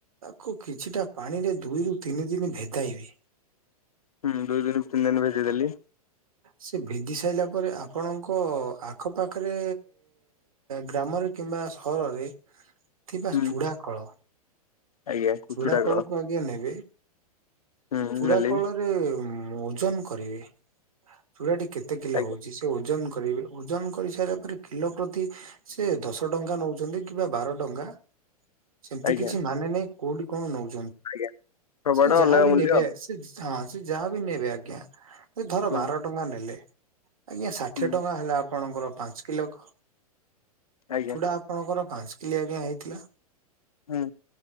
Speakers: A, on the right; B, on the left.
A: କୁ କିଛିଟା ପାଣିରେ ଦୁଇରୁ ତିନି ଦିନ ଭେଦାଇବେ।
B: ହୁଁ ଦୁଇ ଦିନ ତିନି ଦିନ ଭିଦେଇଦେଲି।
A: ସେ ଭେଦି ସାରିଲା ପରେ ଆପଣଙ୍କ ଆଖପାଖରେ ଗ୍ରାମରେ କିମ୍ବା ସହରରେ ଥିବା
B: ହୁଁ
A: ଚୂଡ଼ା କଳ।
B: ଆଜ୍ଞା କୁଚୁଡା
A: ଚୂଡ଼ା
B: କ
A: କଳକୁ ଆଜ୍ଞା ନେବେ।
B: ହୁଁ
A: ଚୁଡ଼ା
B: ନେଲି
A: କଳରେ ଉଁ ଓଜନ କରିବେ ପୁରା ଟିକେ। କେତେ କିଲୋ
B: ଆଜ୍ଞା
A: ହଉଛି ସେ ଓଜନ। ଓଜନ କରିସାରିଲା ପରେ କିଲୋ ପ୍ରତି ସେ ଦଶ ଟଙ୍କା ନଉଛନ୍ତି କିମ୍ବା ବାର ଟଙ୍କା। ସେମତି
B: ଆଜ୍ଞା
A: କିଛି ମାନେ ନାଇଁ। କୋଉଠି କଣ ନଉଛି।
B: ଆଜ୍ଞା ସବୁଆଡେ
A: ସେ ଯାହା
B: ଅଲଗା
A: ବି
B: ମୂଲ୍ୟ
A: ନେବେ ସେ- ହଁ ସେ ଯାହା ବି ନେବେ ଆଜ୍ଞା। ଧର
B: ହୁଁ
A: ବାର ଟଙ୍କା ନେଲେ। ଆଜ୍ଞା ଷାଠିଏ
B: ହୁଁ
A: ଟଙ୍କା ହେଲା। ଆପଣଙ୍କର ପାଞ୍ଚ କିଲୋ ଖ
B: ଆଜ୍ଞା
A: ଚୁଡା ଆପଣଙ୍କର ପାଞ୍ଚ କିଲ୍ ଆଜ୍ଞା ହେଇଥିଲା।
B: ହୁଁ।